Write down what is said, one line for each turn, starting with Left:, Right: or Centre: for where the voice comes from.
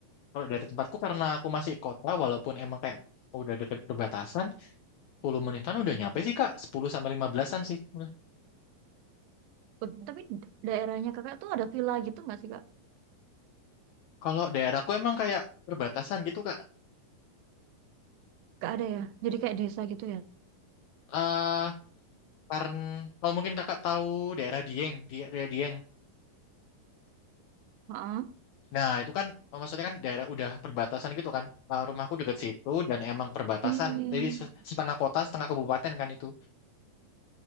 Left: kalau dari tempatku karena aku masih kota, walaupun emang kayak udah deket perbatasan, 10 menitan udah
Right: Hmm.
Left: nyampe sih Kak, 10 sampai 15-an sih. Nah,
Right: Oh, Tapi daerahnya kakak tuh ada villa gitu nggak sih kak?
Left: Kalau daerahku emang kayak perbatasan gitu Kak.
Right: Gak ada ya? Jadi kayak desa gitu ya?
Left: eh karena kalau mungkin kakak tahu daerah Dieng, di daerah Dieng.
Right: Heeh.
Left: Nah, itu kan eh, maksudnya kan daerah udah perbatasan gitu kan. Eh, rumahku deket situ dan emang perbatasan.
Right: Iya, iya,
Left: Jadi
Right: iya.
Left: se- setengah kota, setengah kabupaten kan itu.